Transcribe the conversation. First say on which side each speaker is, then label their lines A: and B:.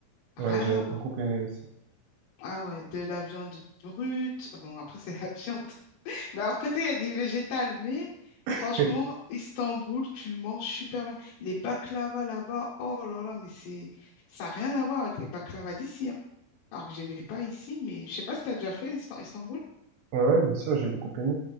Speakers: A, on the left; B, on the right.
A: Rien
B: ouais j'avais
A: à voir.
B: beaucoup aimé aussi.
A: Ah ouais, de la viande brute. Bon, après, c'est la <laughs> viande. Mais alors, côté, il y a du végétal, mais
B: <laughs>
A: franchement, Istanbul, tu manges super bien. Les baklava là-bas, oh là là, mais c'est ça n'a rien à voir avec les baklava d'ici. hein. Alors que j'aimais pas ici, mais je sais pas si tu as déjà fait l'Ista- Istanbul.
B: Ouais, ouais, bien sûr, j'ai beaucoup aimé.